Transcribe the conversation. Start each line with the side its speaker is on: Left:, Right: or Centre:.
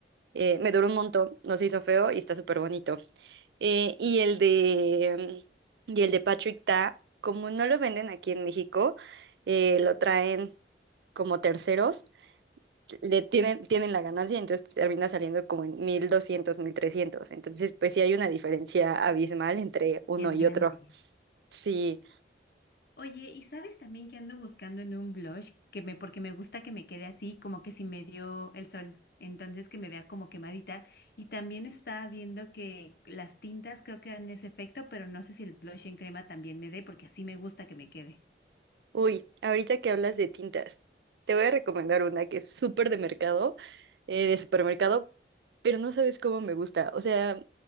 Right: Eh, me duró un montón, no se hizo feo y está súper bonito. Eh, y el de, y el de Patrick Ta, como no lo venden aquí en México, eh, lo traen como terceros, le tienen, tienen la ganancia, entonces termina saliendo como en mil doscientos mil trescientos Entonces, pues sí hay una diferencia abismal entre uno
Left: Es grande.
Right: y otro. Sí,
Left: Oye, ¿y sabes también que ando buscando en un blush que me, porque me gusta que me quede así, como que si me dio el sol, entonces que me vea como quemadita? Y también estaba viendo que las tintas creo que dan ese efecto, pero no sé si el blush en crema también me dé, porque así me gusta que me quede.
Right: uy, ahorita que hablas de tintas, te voy a recomendar una que es súper de mercado, eh, de supermercado, pero no sabes cómo me gusta. O sea,